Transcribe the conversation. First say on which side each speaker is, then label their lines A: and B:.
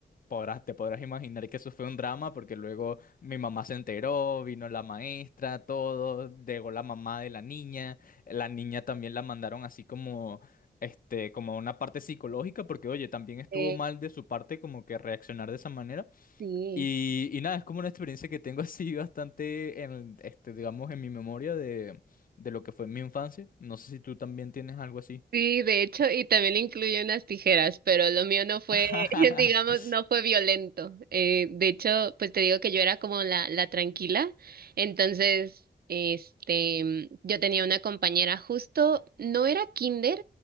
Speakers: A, on the left (about 55°); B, on the right (about 60°).
A: podrás, te podrás imaginar que eso fue un drama porque luego mi mamá se enteró, vino la maestra, todo, llegó la mamá de la niña, la niña también la mandaron así como, este, como a una parte psicológica porque, oye, también estuvo
B: sí,
A: mal de su parte como que reaccionar de esa manera.
B: sí.
A: Y, y nada, es como una experiencia que tengo <laughs> así bastante en, este, digamos, en mi memoria de, de lo que fue mi infancia. No sé si tú también tienes algo así.
B: Sí, de hecho, y también incluye unas tijeras, pero lo mío no fue,
A: <laughs>
B: <laughs> digamos, no fue violento. Eh, de hecho, pues te digo que yo era como la, la tranquila. Entonces, este, yo tenía una compañera justo, no era kinder,